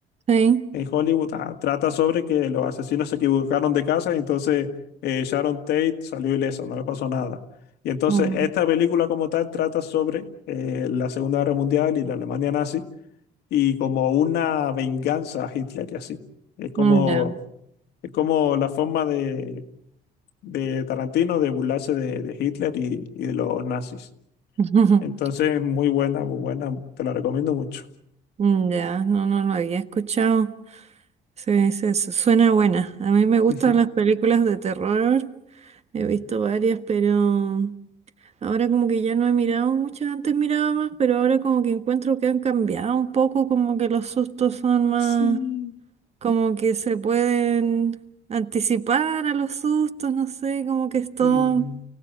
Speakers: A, on the right; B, on the left.
A: Sí.
B: en Hollywood. Ah, trata sobre que los asesinos se equivocaron de casa y entonces eh, Sharon Tate salió ilesa, no le pasó nada. Y entonces
A: Mm,
B: esta película como tal trata sobre eh, la Segunda Guerra Mundial y la Alemania nazi y como una venganza a Hitler y así. Es como,
A: mm, Ya.
B: es como la forma de de Tarantino de burlarse de, de Hitler y, y de los nazis.
A: <laughs>
B: Entonces, muy buena, muy buena, te la recomiendo mucho.
A: Mm, Ya, no, no lo había escuchado. Sí, sí, su- suena buena. A mí me gustan
B: <laughs>
A: las películas de terror. He visto varias, pero Ahora como que ya no he mirado muchas, antes miraba más, pero ahora como que encuentro que han cambiado un poco, como que los sustos son más,
B: Sí.
A: como que se pueden anticipar a los sustos, no sé, como que es todo
B: Mm,